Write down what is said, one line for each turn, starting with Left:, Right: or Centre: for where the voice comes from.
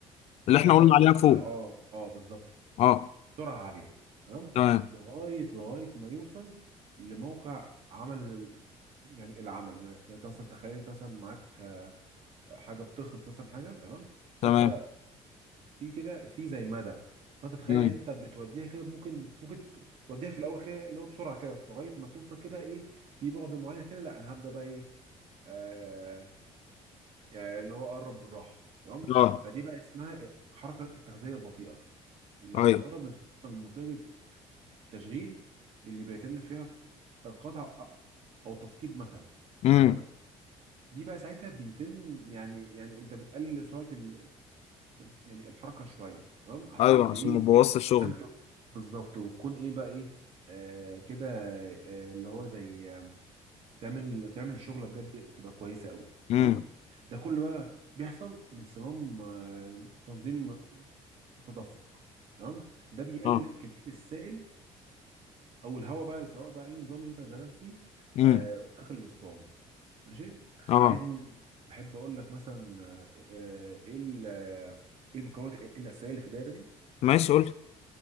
Left: اللي
Right: اللي
Left: احنا
Right: احنا
Left: قلنا عليها فوق
Right: اه اه بالظبط
Left: اه
Right: بسرعه عاليه تمام
Left: تمام
Right: لغايه لغايه ما يوصل لموقع عمل ال- يعني العمل يعني انت مثلا تخيل انت مثلا معاك حاجه بتخرط مثلا حاجه تمام فانت
Left: تمام
Right: في كده في زي مدى فانت تخيل
Left: امم
Right: انت بتوديها كده ممكن ممكن توديها في الاول كده اللي هو بسرعه كده لغايه ما توصل كده ايه في بعد معين كده لا انا هبدا بقى ايه آه، يعني اللي هو قرب بالراحه تمام
Left: اه
Right: فدي بقى اسمها حركه التغذيه البطيئه لما
Left: ايوه
Right: تقرب للسخونه من منطقه التشغيل اللي بيتم فيها القطع او التثقيب مثلا
Left: امم
Right: تمام دي بقى ساعتها بيتم يعني يعني انت بتقلل سرعه ال... يعني الحركه شويه تمام عشان
Left: ايوه
Right: ت
Left: عشان
Right: ايه
Left: ما بوظش الشغل
Right: عشان ت... بالظبط وتكون ايه بقى ايه آه كده آه اللي هو زي تعمل تعمل الشغله بجد تبقى كويسه قوي
Left: امم
Right: تمام ده كله بقى بيحصل من صمام آه، تنظيم التدفق تمام ده بيقلل
Left: اه
Right: كميه السائل او الهواء بقى سواء بقى اي نظام انت شغال فيه
Left: امم
Right: آه، داخل الاسطوانه ماشي
Left: اه
Right: عايزني بحب اقول لك مثلا آه، آه، ايه ال- آه، ايه المكونات الاساسيه اللي في الدايره دي
Left: ماشي قول لي.